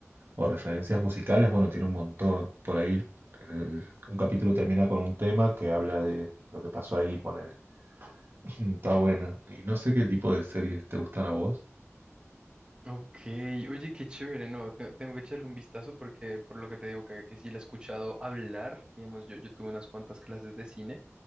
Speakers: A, on the right (about 45°); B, on the right (about 20°).
A: O referencias musicales, bueno, tiene un montón. Por ahí el- un capítulo termina con un tema que habla de lo que pasó ahí, ponele. <laughs> Está buena. Y no sé qué tipo de series te gustan a vos.
B: Ok, oye, qué chévere, no, te- tengo que echarle un vistazo porque por lo que te digo que, que sí la he escuchado hablar, digamos, yo, yo tuve unas cuantas clases de cine